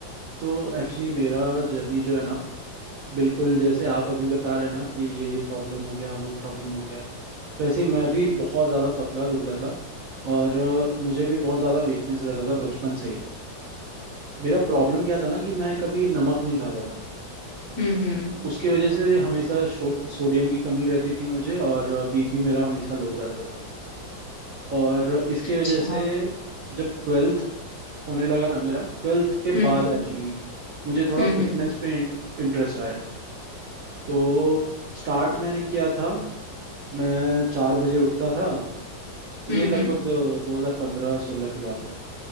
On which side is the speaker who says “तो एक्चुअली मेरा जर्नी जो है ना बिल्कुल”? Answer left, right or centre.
Right